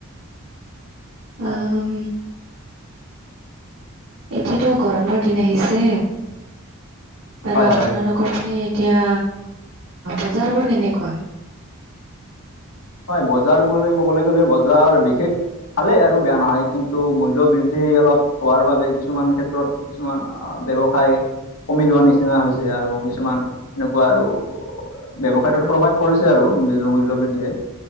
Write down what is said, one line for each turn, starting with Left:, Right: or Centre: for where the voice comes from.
Left: হয়
Right: উম এতিয়াটো গৰমৰ দিন আহিছে বাৰু
Left: হয়
Right: আপোনালোকৰ
Left: হয়
Right: পিনে এতিয়া, বজাৰ বোৰ কেনেকুৱা?
Left: হয়, বজাৰ বুলি ক'বলৈ গ'লে বজাৰ বিশেষ ভালে আৰু বেয়া নহয় কিন্তু, মূল্য বৃদ্ধি অলপ হোৱাৰ বাবে কিছুমান ক্ষেত্ৰত কিছুমান ব্যৱসায় কমি যোৱা নিচিনা হৈছে আৰু কিছুমান এনেকুৱা আৰু ব্যয়ৱসায়ত প্ৰভাৱ পৰিছে আৰু মূল্য বৃদ্ধিয়ে